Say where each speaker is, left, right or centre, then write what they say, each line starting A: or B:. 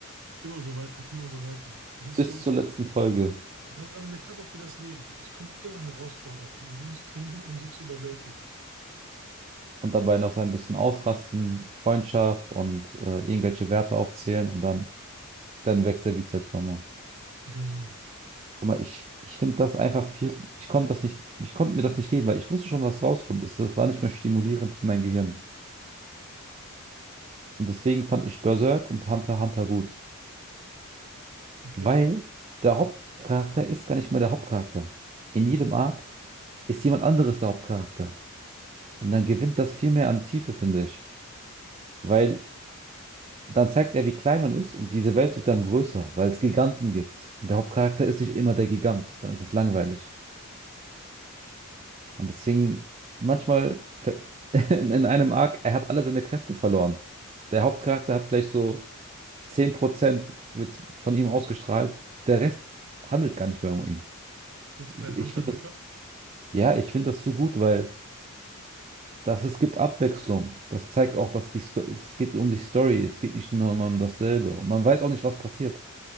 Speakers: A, on the right; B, on the right.
A: Immer so weiter, immer so weiter. Das ist
B: Bis
A: so,
B: zur letzten Folge.
A: das ist eine Metapher für das Leben. Es kommen immer Herausforderungen und du musst trainieren, um sie zu überwältigen.
B: Und dabei noch so ein bisschen ausrasten, Freundschaft und äh, irgendwelche Werte aufzählen und dann, dann wächst der Bizeps nochmal.
A: Genau.
B: Guck mal, ich, ich finde das einfach viel. Ich konnte das nicht, ich konnte mir das nicht geben, weil ich wusste schon, was rauskommt. Es, das war nicht mehr stimulierend für mein Gehirn. Und deswegen fand ich Berserk und Hunter x Hunter gut.
A: Okay.
B: Weil der Hauptcharakter ist gar nicht mehr der Hauptcharakter. In jedem Arc ist jemand anderes der Hauptcharakter. Und dann gewinnt das viel mehr an Tiefe, finde ich. Weil dann zeigt er, wie klein man ist und diese Welt wird dann größer, weil es Giganten gibt. Und der Hauptcharakter ist nicht immer der Gigant, dann ist es langweilig. Und deswegen manchmal ver- <laughs> in einem Arc, er hat alle seine Kräfte verloren. Der Hauptcharakter hat vielleicht so 10% wird von ihm ausgestrahlt, der Rest handelt gar nicht mehr um ihn.
A: Jetzt bei Hunter
B: Ich finde
A: x Hunter.
B: Ja, ich finde das so gut, weil das, es gibt Abwechslung. Das zeigt auch, dass die Sto es geht um die Story. Es geht nicht nur immer um dasselbe. Und man weiß auch nicht, was passiert.